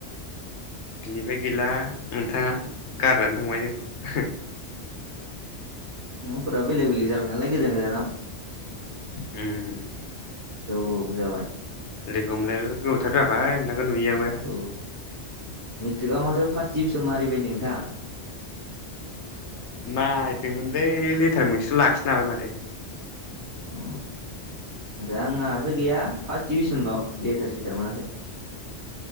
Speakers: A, on the left (about 80°); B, on the right (about 70°).
A: बिनिफ्राय गैला नोंथाङा गारनानै थांबाय जों
B: नफोराव बेलेग बेलेग जाबाय नालाय गोजान गोजानाव
A: उम
B: औ औ जाबाय
A: लोगो हमलाय गोबावथार जाबाय नोंखौ नुयियाबो
B: औ मेट्रिकआव माथो फार्स्ट डिभिसन मारिबाय नोंथाङा
A: मारिदोंमोनलै लेटार मोनसेल लाखिनो हाबाय माथो
B: अ आंहासो गैया फार्स्ट डिभिसनल लेथार सेथार मोनाखै